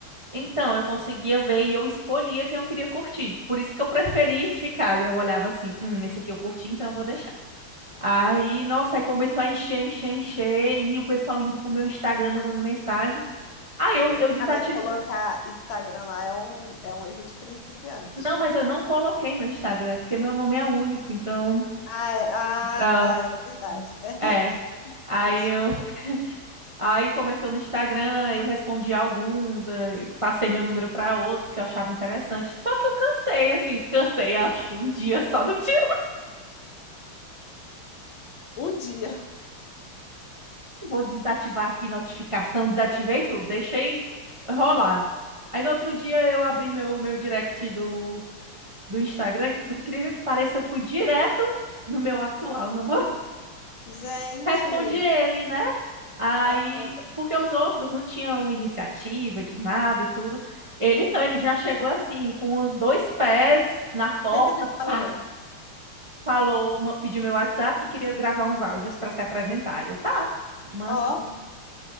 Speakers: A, on the right; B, on the left.
A: Então, eu conseguia ver e eu escolhia quem eu queria curtir. Por isso que eu preferi ficar. Eu olhava assim, hum, esse aqui eu curti, então eu vou Aí,
B: Hum.
A: nossa, aí começou a encher, encher, encher, e o pessoal indo pro meu Instagram mandando mensagem. Aí eu, eu desativei.
B: Ah, mas colocar Instagram lá é um, é um erro de principiante.
A: Não, mas eu não coloquei meu Instagram, porque meu nome é único, então.
B: Ah, é, ah,
A: tá,
B: tá, é verdade. <laughs>
A: é.
B: É
A: Aí
B: verdade.
A: eu, aí começou no Instagram, eu respondi alguns, eh, passei meu número para outros que eu achava interessante. Só que eu cansei, assim, cansei, acho, um dia só no dia.
B: Um dia.
A: <laughs> Vou desativar aqui notificação, desativei tudo, deixei rolar. Aí no outro dia eu abri meu, meu direct do do Instagram, que por incrível que pareça, eu fui direto no meu atual namorado. <laughs>
B: Gente,
A: Respondi ele, né? Aí,
B: aham. O
A: porque os outros não tinham iniciativa de nada e tudo. Ele não, ele já chegou assim, com os dois pés na porta,
B: que que ele falou?
A: pá, falou, ma- pediu meu WhatsApp que queria gravar uns áudios para se apresentar. Eu, tá, manda.
B: Ó,